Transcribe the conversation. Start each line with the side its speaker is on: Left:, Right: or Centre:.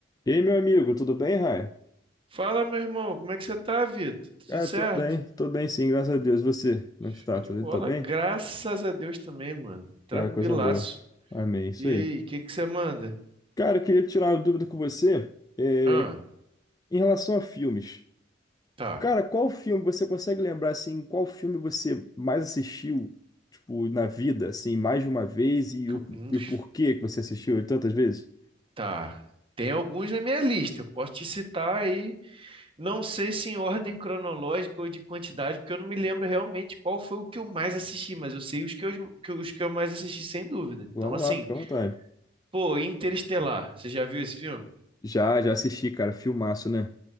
Left: E aí, meu amigo, tudo bem, Rai?
Right: Fala, meu irmão, como é que você tá, Vitor? Tá
Left: Cara,
Right: Tudo certo?
Left: tô bem, tô bem sim, graças a Deus. Você, como
Right: Show
Left: é que você tá?
Right: de
Left: Tá,
Right: bola.
Left: tá bem?
Right: Graças a Deus também, mano. Tranquilaço.
Left: Cara, coisa boa. Amém, isso
Right: E aí,
Left: aí.
Right: o que que você manda?
Left: Cara, eu queria tirar uma dúvida com você, é,
Right: Ah,
Left: em relação a filmes.
Right: tá.
Left: Cara, qual filme você consegue lembrar, assim, qual filme você mais assistiu, tipo, na vida, assim, mais de uma vez e
Right: Que
Left: o,
Right: eu- Um
Left: e
Right: dos...
Left: o porquê que você assistiu ele tantas vezes?
Right: Tá. Tem alguns na minha lista. Eu posso te citar aí. Não sei se em ordem cronológica ou de quantidade, porque eu não me lembro realmente qual foi o que eu mais assisti, mas eu sei os que eu, que eu- os que eu mais assisti, sem dúvida.
Left: Vamos
Right: Então, assim,
Left: lá, fica à vontade.
Right: pô, Interestelar. Você já viu esse filme?
Left: Já, já assisti, cara, filmaço, né?